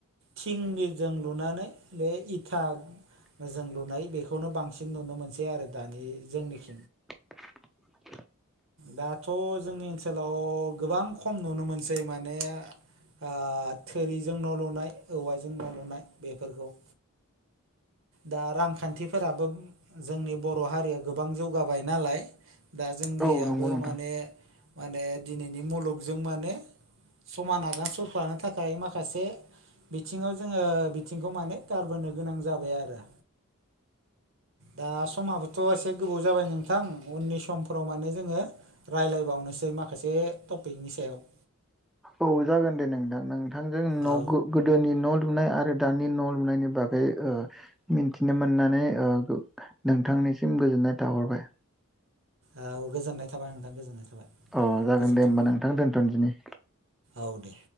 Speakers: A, on the right (about 60°); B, in the centre.
A: थिंनिजों लुनानै बे इथा जों लुनाय बेखौनो बांसिन नुनो मोनसै आरो दानि जोंनिखि
B: <unintelligible>
A: दाथ' जोंनि ओनसोलाव गोबां खम नुनो मोनसै माने आ थोरिजों न' लुनाय औवाजों न' लुनाय बेफोरखौ दा रांखान्थिफोराबो जोंनि बर' हारिया गोबां जौ- गाबाय नालाय दा जोंनियाबो
B: औ नंगौ नोंथां
A: माने माने दिनैनि मुलुगजों माने समान आगान सुररफ्लानो थाखाय माखासे बिथिङाव जोङो बिथिंखौ माने गारबोनो गोनां जाबाय आरो दा समाबोथ' एसे गोबाव जाबाय नोंथां उननि समफोराव माने जोङो राय्लायबावनोसै माखासे टपिकनि सायाव
B: औ जागोन दे नोंथां नोंथांजों न'
A: औ
B: गोदोनि न' लुनाय आरो दानि न' लुनायनि बागै ओ मिथिनो मोननानै ओ नोंथांनिसिम गोजोननाय थाहरबाय
A: औ गोजोननाय थाबाय नोंथां गोजोननाय थाबाय
B: अ जागोन
A: गोजोन्थों
B: दे होमबा नोंथां दोन्थनदिनि
A: औ दे